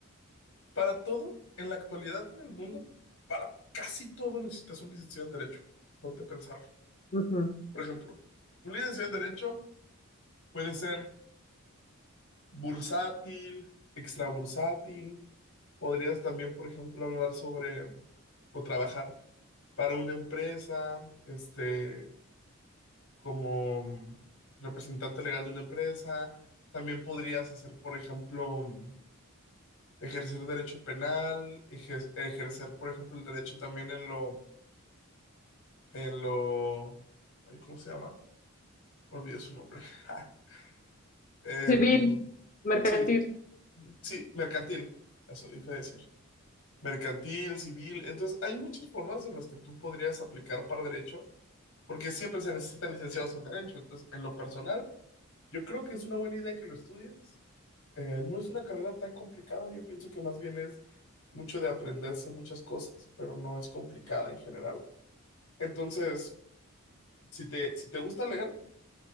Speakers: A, on the left; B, on the left.
A: Para todo, en la actualidad, en el mundo, para casi todo necesitas un licenciado en derecho. Ponte a pensarlo.
B: Ujú.
A: Por ejemplo, un licenciado en derecho puede ser bursátil, extrabursátil. Podrías también, por ejemplo, hablar sobre mm, o trabajar para una empresa, este. como mm, representante legal de una empresa. También podrías hacer, por ejemplo, mm, ejercer derecho penal, ejer- ejercer, por ejemplo, el derecho también en lo, en lo, ay, ¿cómo se llama? Olvidé su nombre. <laughs> Ja. Em,
B: Civil, mercantil.
A: sí, sí, mercantil, eso iba a decir. Mercantil, civil. Entonces, hay muchas formas en las que tú podrías aplicar para derecho, porque siempre se necesitan licenciados en derecho. Entonces, en lo personal, yo creo que es una buena idea que lo estudies Eh, no es una carrera tan complicada, yo pienso que más bien es mucho de aprenderse muchas cosas, pero no es complicada en general. Entonces, si te, si te gusta leer,